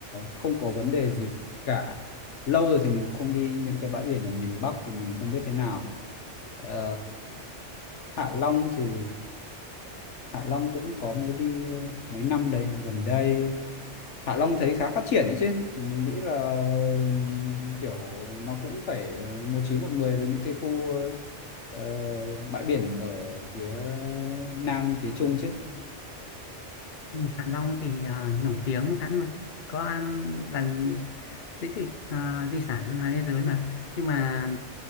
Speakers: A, on the left; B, on the left.
A: không có vấn đề gì cả lâu rồi thì mình không đi những cái bãi biển ở miền Bắc thì mình không biết thế nào Ờ, Hạ Long thì Hạ Long cũng có mới đi ờ, mấy năm đây gần đây Hạ Long thấy khá phát triển đấy chứ thì mình nghĩ là ừm, kiểu nó cũng phải ờ, một chín một mười với những cái khu ờ, bãi biển ở phía Nam phía Trung chứ
B: Ừ, Hạ Long thì à, nổi tiếng sẵn rồi có ăn bạn di tích à, di sản văn hóa thế giới mà nhưng mà